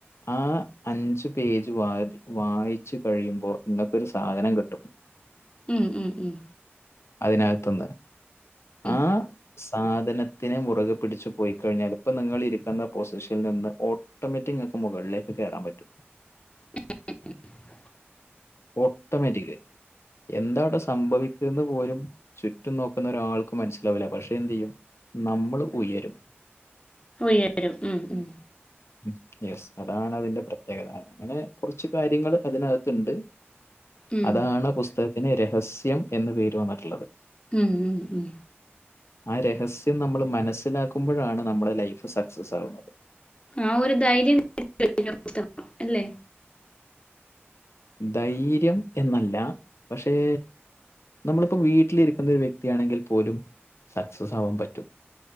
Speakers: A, on the left; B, on the left.
A: ആഹ് അഞ്ച് പേജ് വാദി വായിച്ചു കഴിയുമ്പോ ഇങ്ങക്കൊരു സാധനം കിട്ടും.
B: ഉം ഉം ഉം.
A: അതിനകത്ത്ന്ന്
B: ഉം
A: ആഹ്. സാധനത്തിനെ മുറ്കെ പിടിച്ച് പോയിക്കഴിഞ്ഞാൽ ഇപ്പ നിങ്ങിളിരിക്കുന്ന പൊസിഷനിൽ നിന്ന് ഒ ട്ടോമാറ്റി ഇങ്ങക്ക് മുകൾലേക്ക് കേറാംപറ്റും.
B: <inaudible>
A: ഒട്ടോമാറ്റിക് എന്താവിടെ സംഭവിക്ക്ന്നെ പോലും. ചുറ്റും നോക്കുന്ന ഒരാൾക്കും മനസ്സിലാവില്ല പക്ഷെ എന്ത്യ്യും നമ്മള് ഉയരും.
B: ഉയരും ഉം ഉം
A: ഉം യെസ് അതാണ് അതിന്റെ പ്രത്യേകത അങ്ങനെ കുറച്ച് കാര്യങ്ങള് അതിനകത്ത്ണ്ട്.
B: ഉം
A: അതാണ് പുസ്തകത്തിന് രഹസ്യം എന്ന് പേര് വന്നിട്ട്ള്ളത്.
B: ഉം ഉം ഉം.
A: ആഹ് രഹസ്യം നമ്മൾ മനസ്സിലാക്കുമ്പോഴാണ് നമ്മുടെ ലൈഫ് സക്സസ് ആകുന്നത്
B: ആഹ് ഒരു ധൈര്യം <unintelligible> കം അല്ലേ
A: ധൈര്യം എന്നല്ല പക്ഷേ നമ്മളിപ്പോം വീട്ടിലിരിക്കുന്ന ഒരു വ്യക്തിയാണെങ്കിൽ പോലും സക്സസ് ആവാൻ പറ്റും